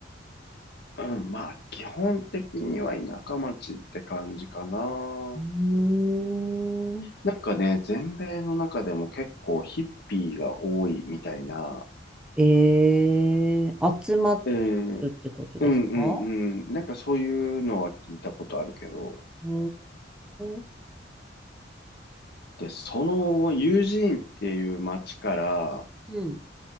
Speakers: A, on the left; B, in the centre.
A: うん。まあ、基本的には田舎町って感じかな。
B: うーん。
A: なんかね、全米の中でも結構ヒッピーが多いみたいな、
B: ええ集まってるってことですか
A: えー、うんうんうん、なんかそういうのは聞いたことあるけど、
B: おー。
A: で、そのユージーンっていう街から、
B: うん。